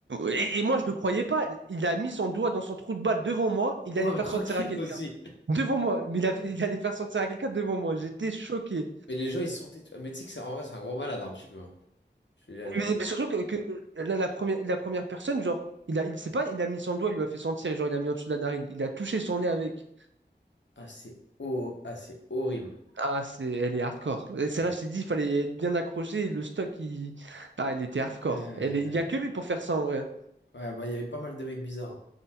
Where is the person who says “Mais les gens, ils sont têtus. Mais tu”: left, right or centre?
Left